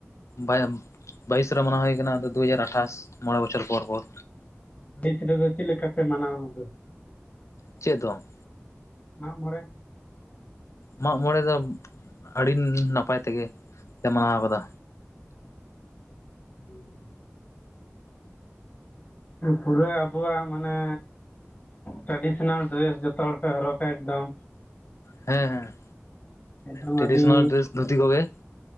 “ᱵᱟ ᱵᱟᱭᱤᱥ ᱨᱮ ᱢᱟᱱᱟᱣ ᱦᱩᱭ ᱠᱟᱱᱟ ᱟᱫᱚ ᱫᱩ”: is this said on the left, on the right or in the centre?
Left